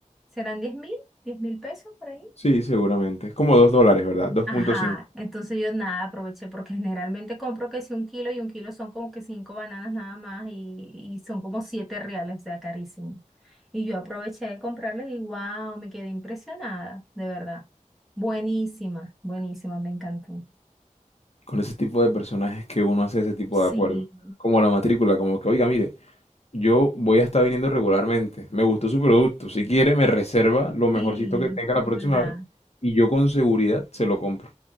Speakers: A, in the centre; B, on the left.
A: ¿serán diez mil? diez mil pesos por ahí?
B: Sí, seguramente. Es como 2 dólares, ¿verdad? dos
A: Ajá,
B: punto cinco.
A: entonces yo nada aproveché porque generalmente compro que si un kilo y un kilo son como que cinco bananas nada más y, y son como siete reales, o sea, carísimo. Y yo aproveché de comprarles y wow, me quedé impresionada, de verdad. Buenísima, buenísima, me encantó.
B: Con ese tipo de personajes que uno hace ese tipo
A: Sí,
B: de acuerdos. Como la matrícula, como que, oiga, mire, yo voy a estar viniendo regularmente. Me gustó su producto. Si quiere, me reserva lo mejorcito
A: sí,
B: que tenga
A: de
B: la próxima
A: verdad.
B: vez. Y yo con seguridad se lo compro.